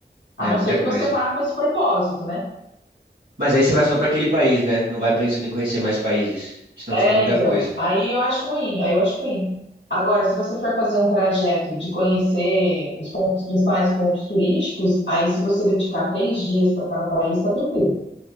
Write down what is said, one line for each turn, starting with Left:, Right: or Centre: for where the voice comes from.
Left: a
Right: É
Left: não
Right: muita
Left: ser que
Right: coisa.
Left: você vá com esse propósito, né?
Right: Mas aí você vai só para aquele país, né? Não vai pensando em conhecer mais países, senão
Left: É,
Right: fica muita
Left: então.
Right: coisa.
Left: Aí eu acho ruim, aí eu acho ruim. Agora, se você for fazer um trajeto de conhecer os pontos, principais pontos turísticos, aí se você dedicar três dias para cada país, tá tranquilo,